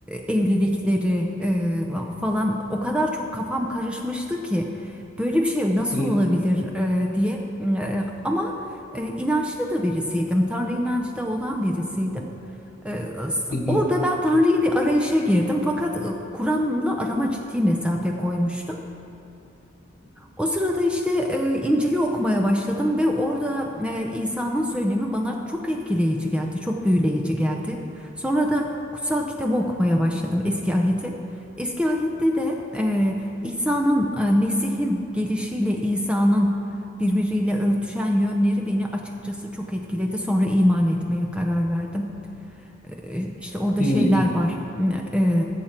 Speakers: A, in the centre; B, on the left.
A: evlilikleri e, falan o kadar çok kafam karışmıştı ki böyle bir şey nasıl
B: hı
A: olabilir e, diye. E, Ama e, inançlı da birisiydim. Tanrı inancı da olan birisiydim. E, s-
B: hı,
A: Orada ben Tanrı'yı bir arayışa girdim fakat e, Kur'an'la arama ciddi mesafe koymuştum. O sırada işte e, İncil'i okumaya başladım ve orada e, İsa'nın söylemi bana çok etkileyici geldi, çok büyüleyici geldi. Sonra da kutsal kitabı okumaya başladım, Eski Ahit'i. Eski Ahit'te de e, İsa'nın, e, Mesih'in gelişiyle İsa'nın birbiriyle örtüşen yönleri beni açıkçası çok etkiledi. Sonra iman etmeye karar verdim. Ee, İşte orada
B: hı
A: şeyler
B: hı,
A: var. E,